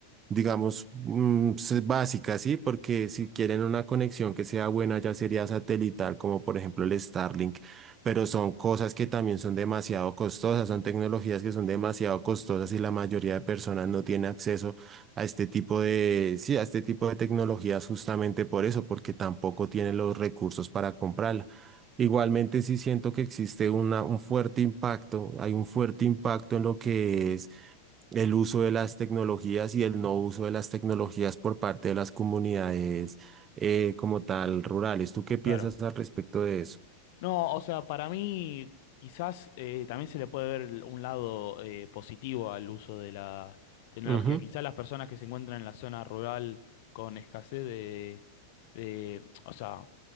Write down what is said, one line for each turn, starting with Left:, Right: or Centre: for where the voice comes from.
Right: digamos, mm, s- básica, ¿sí? Porque si quieren una conexión que sea buena, ya sería satelital, como por ejemplo el Starlink, pero son cosas que también son demasiado costosas, son tecnologías que son demasiado costosas y la mayoría de personas no tiene acceso a este tipo de, sí, a este tipo de tecnologías justamente por eso, porque tampoco tienen los recursos para comprarla. Igualmente sí siento que existe una, un fuerte impacto, hay un fuerte impacto en lo que es el uso de las tecnologías y el no uso de las tecnologías por parte de las comunidades eh, como tal rurales. ¿Tú qué piensas
Left: Claro.
Right: al respecto de eso?
Left: No, o sea, para mí quizás eh, también se le puede ver el- un lado eh, positivo al uso de la tecnología.
Right: Ujú,
Left: Quizás las personas que se encuentran en la zona rural con escasez de, de, <tsk> o sea,